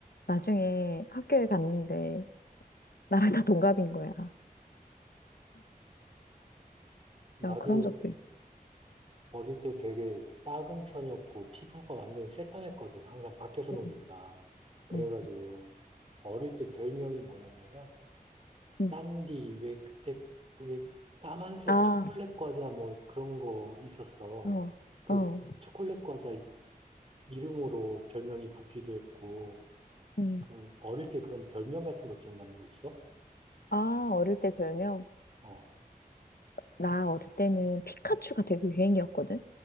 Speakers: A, on the left (about 75°); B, on the right (about 40°).
A: 나중에 학교에 갔는데 나랑 다 동갑인 거야. 야,
B: 나도
A: 그런 적도 있어.
B: 어릴 때 되게 작은 편이었고, 피부가 완전 새까맸거든. 항상 밖에서 노니까.
A: 응,
B: 그래가지고,
A: 응,
B: 어릴 때 별명이 뭐였냐면,
A: 응.
B: 깐디, 왜 그때, 왜 까만색
A: 아,
B: 초콜릿 과자 뭐 그런 거 있었어.
A: 어,
B: 그
A: 어.
B: 초콜릿 과자 이- 이름으로 별명이 붙기도 했고,
A: 응.
B: 그 어릴 때 그런 별명 같은 거 기억나는 거 있어?
A: 아, 어릴 때 별명?
B: 어.
A: 나 어릴 때는 피카츄가 되게 유행이었거든.